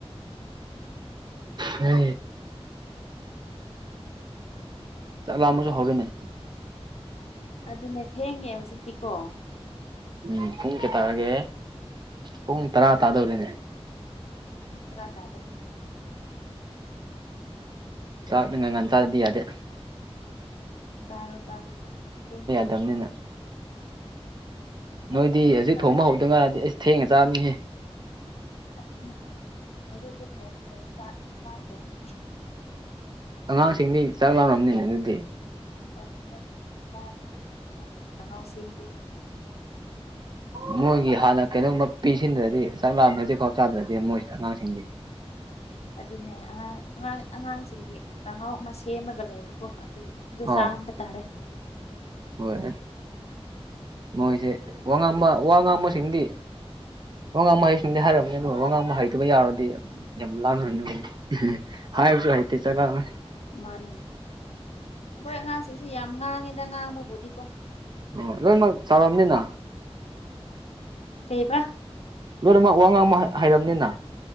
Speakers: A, on the right; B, on the left.
A: ꯍ ꯆꯥꯛ ꯂꯥ ꯑꯃꯁꯨ ꯍꯧꯔꯅꯤ
B: ꯑꯗꯨꯅꯦ ꯊꯦꯡꯉꯦ ꯍꯧꯖꯤꯛꯇꯤꯀꯣ
A: ꯎꯝ ꯄꯨꯡ ꯀꯌꯥ ꯇꯥꯔꯒꯦ ꯄꯨꯡ ꯇꯔꯥ ꯇꯥꯗꯧꯔꯤꯅꯦ
B: ꯆꯨꯡ ꯇ꯭ꯔꯥ ꯇꯥꯗ
A: ꯆꯥꯛ ꯉꯉꯥꯟ ꯆꯥꯗꯗꯤ ꯌꯥꯗꯦ
B: ꯆꯥꯔꯣ ꯇꯥꯔꯣ ꯌꯥꯦ
A: ꯌꯥꯕꯅꯤꯅ ꯎ
B: ꯑꯩꯁꯨ
A: ꯅꯣꯏꯗꯤ
B: ꯑꯩꯁꯨ
A: ꯍꯧꯖꯤꯛ
B: ꯆꯥꯛ
A: ꯊꯣꯡꯕ
B: ꯂꯥꯝꯕ
A: ꯍꯧꯗ ꯉꯔꯗꯤ
B: ꯌꯥꯅꯤ
A: ꯑꯁ ꯊꯦꯡꯉ ꯆꯥꯔꯅꯤꯍꯦ
B: ꯑꯗꯨꯅꯦ ꯍꯧꯖꯤꯛ ꯍꯧꯖꯤꯛ ꯊꯣꯡꯕꯅꯅꯤ ꯏꯁꯥ ꯊꯣꯡꯕꯅꯤ
A: ꯑꯉꯥꯡꯁꯤꯡꯗꯤ ꯆꯥꯛ ꯂꯥꯎꯔꯔꯕꯅꯤꯅꯦ ꯑꯗꯨꯗꯤ
B: ꯍꯣꯏꯣꯏꯔꯦ ꯈꯪꯉꯎꯁꯤꯗꯤꯦ
A: ꯏꯝ ꯃꯣꯏꯒꯤ ꯍꯥꯟꯅ ꯀꯩꯒꯨꯝꯕ ꯄꯤꯁꯤꯟꯗ꯭ꯔꯗꯤ ꯆꯥꯛ ꯂꯥꯅ ꯍꯧꯖꯤꯛꯐꯥꯎ ꯆꯥꯗ꯭ꯔꯗꯤ ꯃꯣꯏ ꯑꯉꯥꯡꯁꯤꯡꯗꯤ
B: ꯑꯗꯨꯅꯦ ꯑꯉꯥꯡ ꯑꯉꯥꯡ ꯑꯉꯥꯡꯁꯤꯡꯒꯤ ꯀꯥꯡꯉꯥꯎ ꯑꯃ ꯁꯦꯝꯃꯒ ꯂꯩꯌꯦꯕꯀꯣ ꯑꯗꯨ ꯗꯨ
A: ꯑꯥ
B: ꯆꯥꯍꯟꯕ ꯇꯥꯔꯦ
A: ꯍꯣꯏ ꯃꯣꯏꯁꯦ ꯋꯥ ꯉꯥꯡꯕ ꯋꯥ ꯉꯥꯡꯕꯁꯤꯡꯗꯤ꯫ ꯋꯥꯉꯥꯡꯕ ꯍꯩꯕꯁꯤꯡꯗꯤ ꯍꯥꯏꯔꯝꯅꯤ ꯑꯗꯨ ꯋꯥꯉꯥꯡꯕ ꯍꯩꯇꯕ ꯌꯧꯔꯗꯤ ꯌꯥꯝ ꯂꯥꯟꯅ <unintelligible> ꯍꯅꯤꯡꯕꯅꯤ꯫ ꯍꯥꯏꯕꯁꯨ ꯍꯩꯇ‌ꯦ <unintelligible>
B: ꯃꯥꯅꯦ ꯃꫭꯏ ꯑꯉꯥꯡꯁꯤꯁꯨ ꯌꯥꯝ ꯉꯥꯡꯉꯤꯗ ꯉꯥꯡꯕꯕꯨꯗꯤꯀꯣ꯫
A: ꯑꯣ ꯂꯣꯏꯅꯃꯛ ꯆꯥꯎꯔꯝꯅꯤꯅ꯫
B: ꯀꯩꯕ꯫
A: ꯂꯣꯏꯅꯃꯛ ꯋꯥ ꯉꯥꯡꯕ ꯍꯥꯏꯔꯝꯅꯤꯅ꯫